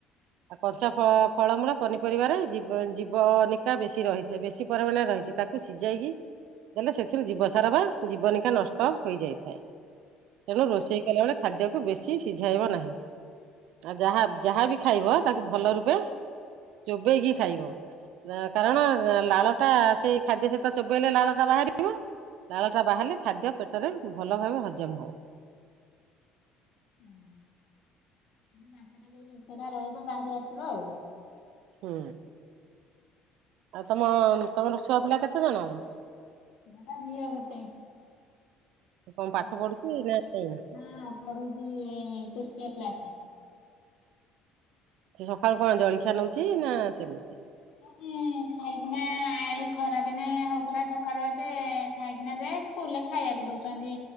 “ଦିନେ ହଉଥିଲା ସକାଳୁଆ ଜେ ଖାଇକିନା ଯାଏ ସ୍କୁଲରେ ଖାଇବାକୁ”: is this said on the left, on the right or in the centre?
Left